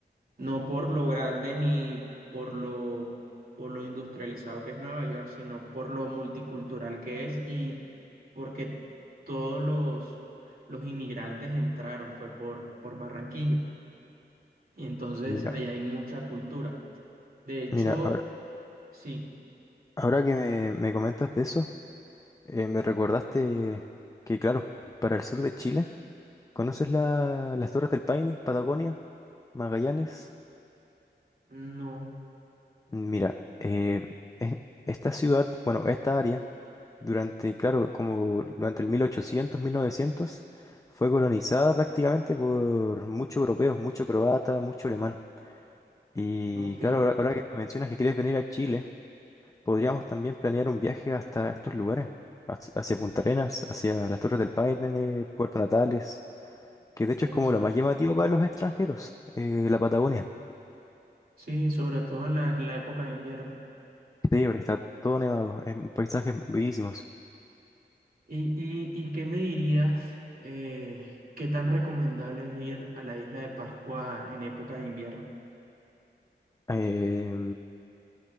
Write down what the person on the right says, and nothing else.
no por lo grande ni por lo, por lo industrializado que es Nueva York, sino por lo multicultural que es y porque todos los, los inmigrantes entraron, fue por, por Barranquilla. Y entonces
ahí hay mucha cultura. De hecho,
sí,
no,
ok,
interesante.
Sí, sobre todo en la, en la época de invierno.
¿Y, y, y qué me dirías, eh, qué tan recomendable es ir a la isla de Pascua en época de invierno?